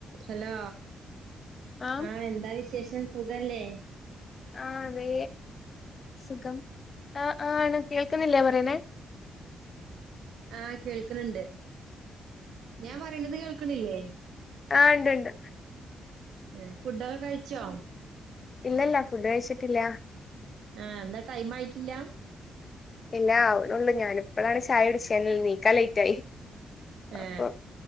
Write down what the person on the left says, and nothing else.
ആഹ്
ആഹ് അതേ സുഖം ആ ആ ആണ് കേൾക്കുന്നില്ലേ പറയുന്നേ
ആ ഉണ്ട്ണ്ട്
ഇല്ലല്ല ഫുഡ് കഴിച്ചിട്ടില്ല
ഇല്ല അവിടെള്ളൂ ഞാനിപ്പോഴാണ് ചായടിച്ചന്ന നീക്കാ ലേറ്റ് ആയി
അപ്പൊ